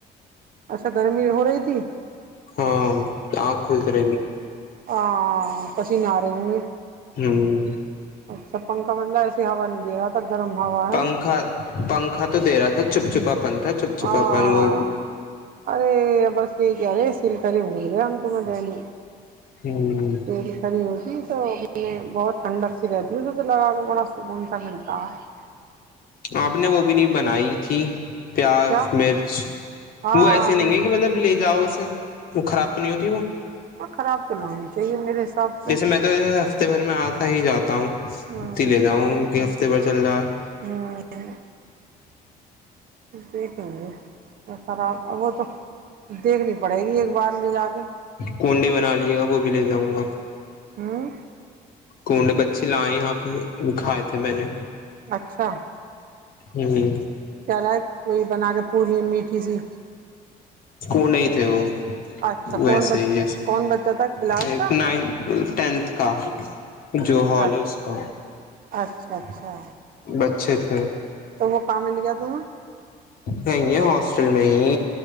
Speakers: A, on the right; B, on the left.
A: اچھا گرمی ہو رہی تھی
B: ہاں آکھئی کر
A: ہاں کسی نہ رہے ہوں گے
B: ھمم
A: اچھا پنکھا مطل ایسسی ہوا نہیں دے رہا گرم ہوا ہے
B: پنکھا پنکھا تو دے رہا تھا چپ چھپا پن تھا چپ چھپا
A: ہاں
B: پن وہ
A: ارے بس یہی کیا اے سل کر بھول گیا ہم تمہیں دنے
B: ہوں
A: تیری کڑی ہوتی ہے تو میں بہت ٹھنڈک سی رہتی ہے اسے تو لگا کے بڑا سکون سا ملتا ہے
B: آپ نے وہ بھی نہیں بنائی تھی پیاز
A: کیا
B: مرچ
A: ہاں
B: وہ ایسے نہیں
A: میں
B: ہے کہ مطلب لے جاؤ اسے وہ خراب تو نہیں ہوتی وہ
A: اور خراب تو نہ ہونی چاہیے میرے حساب سے
B: جیسے میں تو ہفتے بھر میں آتا ہی جاتا ہوں
A: ہوں
B: اتی لے جاؤں کہ ہفتے بھر چل رہا ہے
A: <inaudible> دیکھیں گے تو خراب اب وہ تو دیکھنی پڑے گی ایک بار لے جا کے
B: کنڈے بنا لیے گا وہ بھی لے جاؤں گا
A: ہاں
B: کنڈے بچے لائے یہاں پہ وہکھھائے تھے میں نے
A: اچھا
B: ہوں
A: کہلا ہے کوئی بنا کے پوری میٹھی سی
B: اسک نہیں تھ وہ
A: اچھا
B: ویسے
A: کون بچ
B: ہی ویسے
A: کون بچہ تھا کلاس
B: ایک
A: کا
B: نائ ٹینتھ کا جو ہال
A: اچھا
B: ہے اس کا
A: اچھا اچھا
B: بچے تھے
A: تو وہ کہاں مل گیا تمہیں
B: نہیں ہے ہاسٹل میں ہی